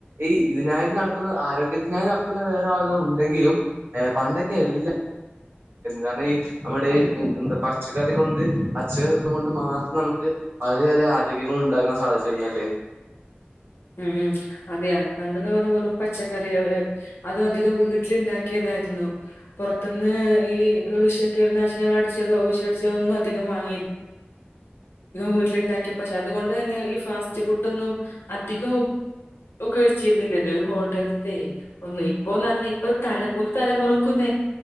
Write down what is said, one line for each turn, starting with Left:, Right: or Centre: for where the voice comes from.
Right: ഈ ഇതിനായി നടക്കുന്ന ആരോഗ്യത്തിനായി നടക്കുന്ന വേറെ ആളുകൾ ഉണ്ടെങ്കിലും എ പണ്ടൊക്കെ എല്ല കാരണം ഈ നമ്മുടെ ഈ എന്താ പച്ചക്കറി കൊണ്ട് പച്ചക്കറിന്ന കൊണ്ട് മാത്രം നമുക്ക് വളരെയേറെ ആരോഗ്യങ്ങ ഉണ്ടാക്കാൻ സാധിച്ചിുന്നല്ലേ
Left: <inaudible> ഉം അതെയാണ് പണ്ടന്ന് പറഞ്ഞറും പച്ചക്കറികള് അതും അധികം വീട്ടിൽ ഉണ്ടാക്കിയത പുറത്തുന്ന് ഈ വിഷ കീടനാശിനികൾ അടിച്ചോ വിശടിച്ചോ ഒന്നും അികം വാങ്ങ വീട്ടിലണ്ടാക്കിയ പക്ഷെ അതുകൊണ്ട് തെ ഈ ഫാസ്റ്റ് ഫുൊന്നും അധികവും ഒക്കെ വെച്ചിരുന്നില്ലല്ലോ ഒരു ഹോട്ടലത്തെ ഒന്ന് ഇപ്പൊന്ന് പറഞ്ഞാ ഇപ്പൊ തല പുതു തലമുറക്കുന്ന